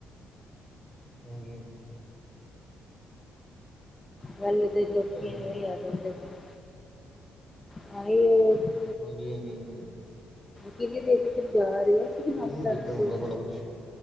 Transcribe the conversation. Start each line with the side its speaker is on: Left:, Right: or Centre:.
Centre: ਹਾਂ <inaudible>
Left: ਪਹਿਲੇ
Centre: ਏਦਾਂ
Left: ਤੇ ਲੋਕੀ
Centre: ਹੀ
Left: ਐਵੇਂ ਈ ਆ ਯੰਦੇ ਸੀ, ਆ ਉਹ <unintelligible>
Centre: ਹਾਂਜੀ, ਹਾਂਜੀ, ਹਾਂਜੀ
Left: ਕਿੰਨੀ ਦੇਰ ਦੇ ਫਿਰ ਜਾ ਰਹੇ ਹੋ? <unintelligible>
Centre: ਹੁਣ
Left: ਜਾਣਾ
Centre: ਕੀਤਾ ਹੁੰਦਾ
Left: ਸੀ
Centre: ਬਲਾ ਕੁੱਸ਼।